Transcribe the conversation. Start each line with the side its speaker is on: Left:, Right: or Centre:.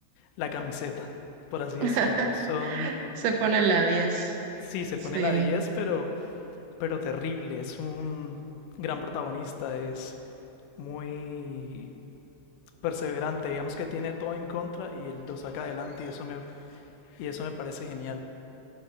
Left: la camiseta por así
Right: <laughs>
Left: decirlo. Son
Right: Se pone la diez
Left: Sí, se
Right: Sí.
Left: pone la 10, pero, pero terrible. Es un gran protagonista, es muy perseverante, digamos que tiene todo en contra y él lo saca adelante y eso me, y eso me parece genial.